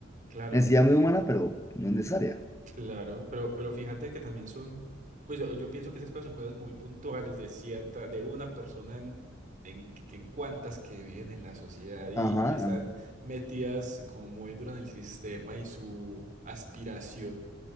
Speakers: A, on the right (about 40°); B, on the left (about 15°).
A: claro.
B: necesidad muy humana, pero no es necesaria.
A: Claro, pero, pero fíjate que también son, pues yo, yo pienso que esas cosas son cosas muy puntuales de cierta, de una persona en, en, en cuantas que viven en la sociedad y,
B: Ajá,
A: y están metidas como muy duro en el sistema y su aspiración